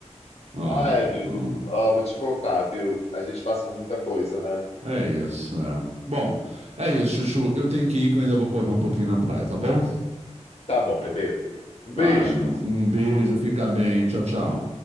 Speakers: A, on the right; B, on the left.
A: ó,
B: Ah, amigo,
A: ó.
B: ó, vou te contar, viu? A gente passa por muita coisa, né?
A: É isso. é. Bom, é isso, Chuchu. Eu tenho que ir, que eu ainda vou correr um pouquinho na praia, tá bom?
B: Tá bom, bebê. Um beijo.
A: Vale. Um beijo, fica bem. Tchau, tchau.